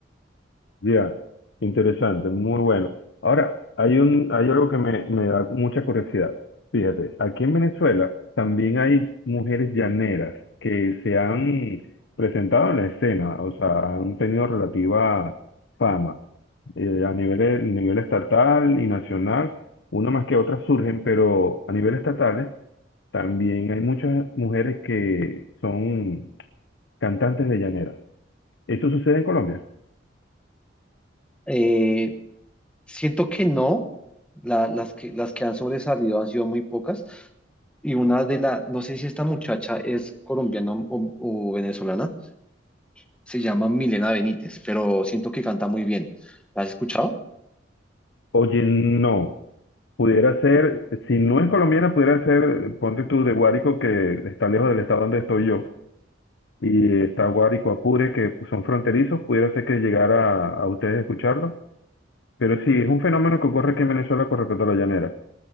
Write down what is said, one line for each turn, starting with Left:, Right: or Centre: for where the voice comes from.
Left: Ya, interesante, muy bueno. Ahora, hay un, hay algo que me, me da mucha curiosidad. Fíjate, aquí en Venezuela también hay mujeres llaneras que se han presentado en la escena, o sea, han tenido relativa fama eh, a nivel, a nivel estatal y nacional, una más que otra surgen, pero a nivel estatal también hay muchas mujeres que son cantantes de llaneras. ¿Eso sucede en Colombia?
Centre: Eh, siento que no, la- las que, las que han sobresalido han sido muy pocas, y una de las, no sé si esta muchacha es colombiana o o venezolana se llama Milena Benítez, pero siento que canta muy bien. ¿La has escuchado?
Left: Oye, no. Pudiera ser, si no es colombiana, pudiera ser, eh, ponte tú, de Guárico, que está lejos del estado donde estoy yo, y está Guárico, Apure, que son fronterizos, pudiera ser que llegara a, a ustedes escucharlo. Pero sí, es un fenómeno que ocurre aquí en Venezuela con respecto a la llanera,